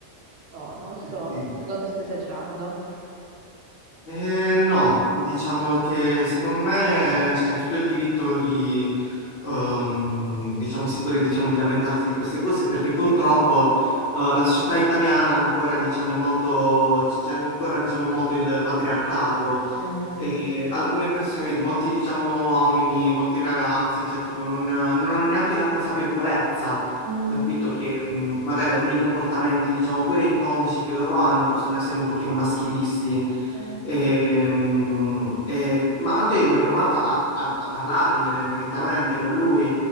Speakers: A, on the right; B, on the left.
A: Oh, non lo so,
B: Eh, sì.
A: secondo te sto esagerando.
B: Eh, no, diciamo che secondo me c'è tutto il diritto di, ehm, diciamo, sì, pure, diciamo, di lamentarsi di queste cose, perché purtroppo, eh, la società italiana ancora, diciamo, è molto, c'è ancora, diciamo, molto il patriarcato
A: Mm,
B: E
A: mm,
B: alcune persone, vedi, molti diciamo uomini, molti ragazzi, cioè tipo non, non hanno neanche la consapevolezza,
A: mm.
B: capito? Che mh, magari alcuni comportamenti, diciamo, pure inconsci che loro hanno possono essere un pochino maschilisti.
A: Eh.
B: E, mh, e- ma tu hai mai provato a, a, a parlargliene direttamente con lui?